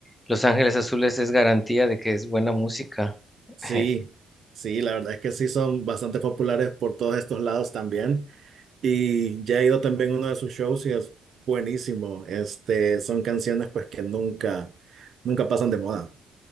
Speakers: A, on the left; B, on the right.
A: Los Ángeles Azules es garantía de que es buena música. <laughs>
B: Sí, sí, la verdad es que sí son bastante populares por todos estos lados también. Y ya he ido también a uno de sus shows y es buenísimo. Este, son canciones pues que nunca, nunca pasan de moda.